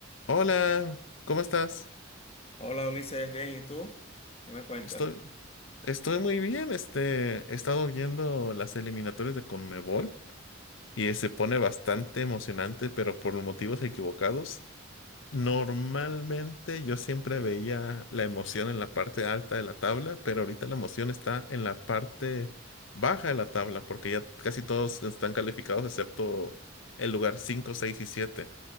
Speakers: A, on the left; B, on the left.
A: Hola, ¿cómo estás?
B: Hola Ulises, bien, ¿y tú? ¿Qué me cuentas?
A: Estoy, estoy muy bien. Este, he estado viendo las eliminatorias de CONMEBOL y eh, se pone bastante emocionante, pero por motivos equivocados. Normalmente
B: Sí.
A: yo siempre veía la emoción en la parte alta de la tabla, pero ahorita la emoción está en la parte baja de la tabla, porque ya casi todos están calificados excepto el lugar 5, 6 y 7.